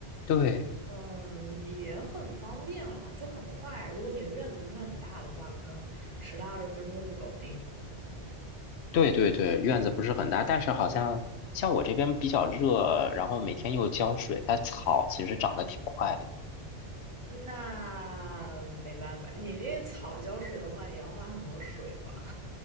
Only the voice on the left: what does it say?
对。
对对对，院子不是很大，但是好像像我这边比较热，然后每天又浇水，它草其实长得挺快的。